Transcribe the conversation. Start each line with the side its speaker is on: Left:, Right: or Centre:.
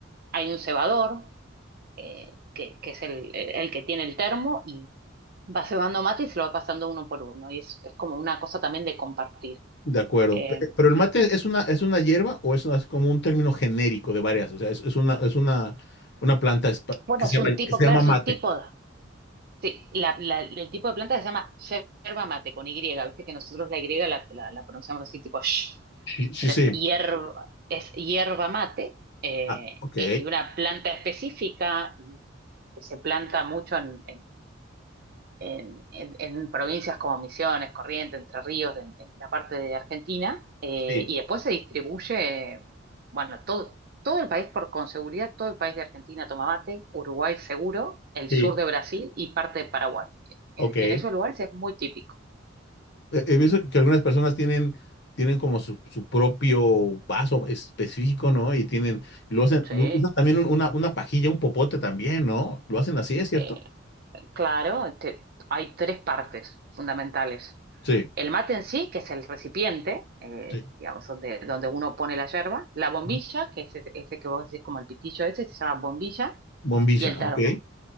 Right: hay un cebador, eh, que, que es el, el que tiene el termo, y va cebando mate y se lo va pasando uno por uno. Y es, es como una cosa también de compartir.
Left: De acuerdo.
Right: Eh,
Left: Pe- Pero el mate es una, es una hierba o es, una- es como un término genérico de varias. O sea, es, es una, es una, una planta espa-
Right: bueno,
Left: que se
Right: es
Left: llama,
Right: un tipo,
Left: que se
Right: claro,
Left: llama
Right: es
Left: mate.
Right: un tipo Sí, la- la- el tipo de planta se llama yerba mate con Y, viste que nosotros la Y la, la- la pronunciamos así tipo sh,
Left: Sí, sí,
Right: pero
Left: sí.
Right: es hierba, es hierba mate, eh,
Left: Ah, ok.
Right: es de una planta específica, que se planta mucho en, en, en- en provincias como Misiones, Corrientes, Entre Ríos, en, en la parte de Argentina, eh,
Left: Sí,
Right: y después se distribuye, bueno, todo, todo el país, por con seguridad, todo el país de Argentina toma mate, Uruguay seguro, el
Left: sí.
Right: sur de Brasil y parte de Paraguay.
Left: Ok.
Right: En,
Left: He,
Right: en esos lugares es muy típico.
Left: he visto que algunas personas tienen, tienen como su, su propio vaso específico, ¿no? Y tienen, lo hacen,
Right: Sí.
Left: lo usan también un- una, una pajilla, un popote también, ¿no? Lo hacen así, ¿es cierto?
Right: Eh, Claro, te- hay tres partes fundamentales.
Left: Sí,
Right: El mate en sí, que es el recipiente, eh,
Left: sí.
Right: digamos, donde, donde uno pone la yerba, la bombilla,
Left: Ujú.
Right: que es ese ese que vos decís como el pitillo ese, se llama bombilla,
Left: Bombilla,
Right: y el termo,
Left: ok.